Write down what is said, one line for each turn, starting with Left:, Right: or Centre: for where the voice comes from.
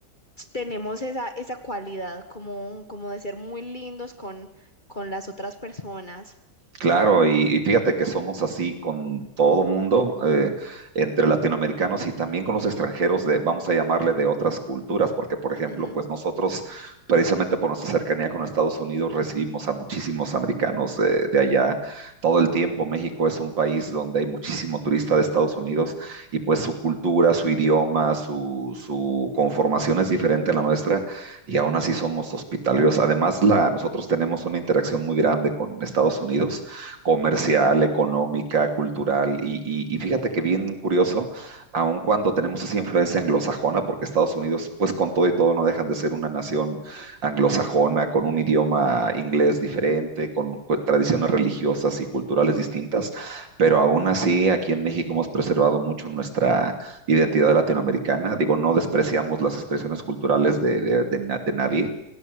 Left: tenemos esa, esa cualidad como, como de ser muy lindos con, con las otras personas.
Right: Claro, y, y fíjate que somos así con todo mundo, eh, entre latinoamericanos y también con los extranjeros de, vamos a llamarle de otras culturas, porque por ejemplo,
Left: Ujú.
Right: pues nosotros, precisamente por nuestra cercanía con Estados Unidos, recibimos a muchísimos americanos eh, de allá todo el tiempo. México es un país donde hay muchísimo turista de Estados Unidos y pues su cultura, su idioma, su, su conformación es diferente a la nuestra y aún así somos hospitalarios. Además, la, nosotros tenemos una interacción muy grande con Estados Unidos comercial, económica, cultural. Y, y, y fíjate que bien curioso, aun cuando tenemos esa influencia anglosajona, porque Estados Unidos, pues con todo y todo, no dejan de ser una nación anglosajona, con un idioma inglés diferente, con pues, tradiciones religiosas y culturales distintas, pero aún así aquí en México hemos preservado mucho nuestra identidad latinoamericana. Digo, no despreciamos las expresiones culturales de, de, de, na- de nadie,